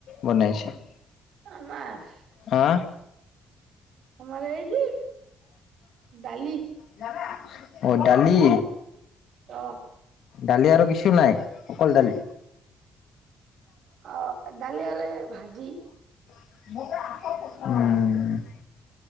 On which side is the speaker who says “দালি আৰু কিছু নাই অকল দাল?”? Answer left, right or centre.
Left